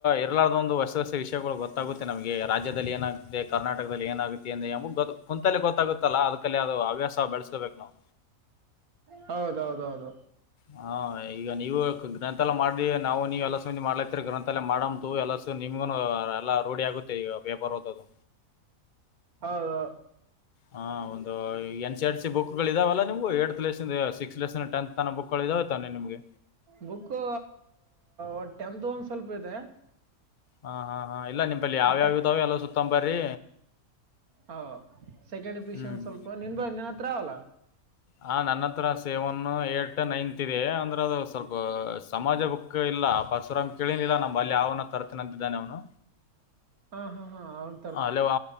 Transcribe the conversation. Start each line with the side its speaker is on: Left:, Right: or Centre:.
Left: ಇರ್ಲಾದೊಂದ ಹೊಸ ವಿಷಗೋಳ ಗೊತ್ತಾಗುತ್ತೆ ನಮಗೆ ರಾಜ್ಯದಲ್ಲಿ ಏನ ದೇ ಕರ್ನಾಟಕದಲ್ಲಿ ಏನಾಗುತ್ತ ಅಂದ ಗ ಕುಂತಲ್ಲೇ ಗೊತ್ತಾಗುತ್ತಲ್ಲ ಅದಕಲ್ಲಿ ಅದು ಹವ್ಯಾಸ ಬೆಳೆಸ್ಕೋಬೇಕ ನಾವ.
Right: ಹೌದೌದೌದು.
Left: ಹ ಈಗ ನೀವು ಗ್ರಂಥಾಲಯ ಮಾಡಿ ನಾವು ನೀವು ಎಲ್ಲ ಸಂದಿ ಮಾಡ್ಲತಿರಿ ಗ್ರನತಲಯ ಮಾಡಂತು ಎಲ್ಲ ನಿಮ್ಗುನು ಎಲ್ಲಾ ರೂಢಿ ಆಗುತ್ತೆ ಈಗ ಪೇಪರ್ ಓದದು.
Right: ಹೌದು.
Left: ಹ ಒಂದ N C R T C book ಗಳ ಇದಾವಲ್ಲ ನಿಮ eighth lesson six lesson tenth. ತನ ಬುಕ್ಗಳ ಇದವೆ ತಾನೇ ನಿಮ್ಗೆ.
Right: ಬುಕ್ಕು ಅ ಟೆಂತ್ ಒಂದ ಸ್ವಲ್ಪ ಇದೆ.
Left: ಹಾ ಹಾ ಹಾ ಇಲ್ಲ ನಿಂಬಲ್ಲಿ ಯಾವ್
Right: ಆ
Left: ಯಾವ್ ಇದಾವ ಎಲ್ಲ ಸುತ್ತಂಬರೀ.
Right: ಹ ಸೆಕೆಂಡ್ ಪಿಷ
Left: ಹ್ಮ್
Right: ಆನ್ ಸ್ವಲ್ಪ ನಿಂದ ನಿನ್ ಹತ್ರ ಅಲ್ಲ.
Left: ಹ ನನ್ನತ್ರ ಸೇವನ್ ಏಟ್ ನೈನ್ತ್ ಇದೆ ಅಂದ್ರ ಅದು ಸ್ವಲ್ಪ ಸಮಾಜ ಬುಕ್ಕ ಇಲ್ಲ ಪರಶುರಾಮ ಕೇಳನಿಲ್ಲ ನಮ ಅಲ್ಲಿ ಯನ ತರ್ತೀನ ಅಂತಿದ್ದಾನೆ ಅವನು.
Right: ಹಾ ಹಾ ಹಾ ಹ
Left: ಅಲೆ ವಾ